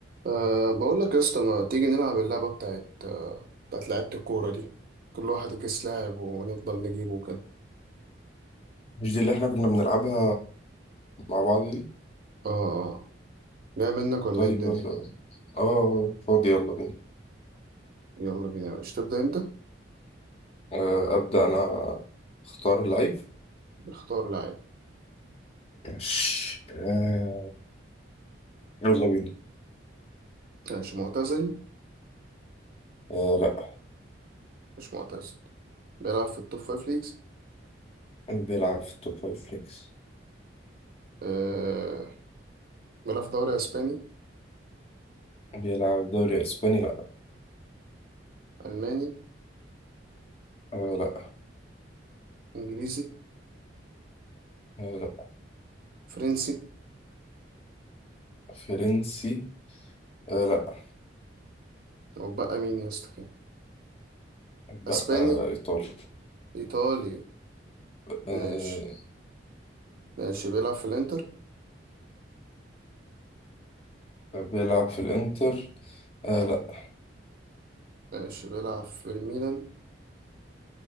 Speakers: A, on the right; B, on the left.
A: أه بقول لك يا اسطى ما تيجي نلعب اللعبة بتاعت أه بتاعت لعيبة الكورة دي كل واحد يكيس لاعب ونفضل نجيبه كده
B: مش دي اللي احنا كنا بنلعبها مع بعض دي
A: اه اه أه. جاي منك ولا
B: طيب
A: ايه الدنيا
B: يلا اه فاضي يلا بينا
A: يلا بينا مش تبدأ انت
B: آه، أبدأ أنا أختار اللعيب
A: اختار لاعب
B: ماشي آه، يلا بينا
A: ماشي معتزل
B: آه لا
A: مش معتزل بيلعب في التوب فايف ليجز
B: بيلعب في التوب فايف ليجز
A: أه بيلعب في دوري اسباني
B: بيلعب دوري اسباني لا
A: الماني
B: آه لا
A: انجليزي
B: آه لا
A: فرنسي
B: فرنسي آه لا
A: وبقى مين يا اسطى كده
B: بقى
A: اسباني
B: آه ايطالي
A: ايطالي
B: آه
A: ماشي ماشي بيلعب في الانتر
B: بيلعب في الانتر آه لا
A: ماشي بيلعب في الميلان